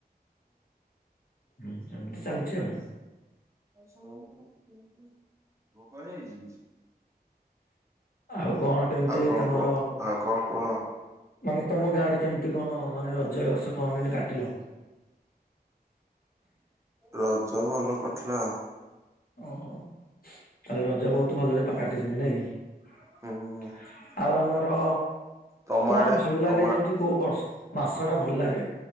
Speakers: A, on the left; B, on the right.
A: ହୁଁ ଏମତି ଚାଲିଚି ଆଉ।
B: ପୁଅ କୁଆଡେ ଯାଇଚି?
A: ଆଉ କଣ କେମିତି
B: ଆଉ କଣ
A: ତମର
B: କହ ଆଉ କଣ କୁହ?
A: ମାନେ ତମ ଗାଁ ରେ କେମିତି କଣ ମାନେ ରଜ ଏବର୍ଷ କଣ କେମତି କାଟିଲ?
B: ରଜ ଭଲ କଟିଲା ଆଉ।
A: ଓହୋ ତାହାଲେ ରଜ ବହୁତ ଭଲରେ କାଟିଚନ୍ତି ନାଇଁ କି?
B: ହୁଁ
A: ଆଉ ଆମର
B: ତମ
A: କଣ
B: ଆଡେ
A: ଭଲ
B: ତମ
A: ଲାଗେ ଯେମିତି କୋଉ ବର୍ଷ ମାସ ଟା ଭଲ ଲାଗେ।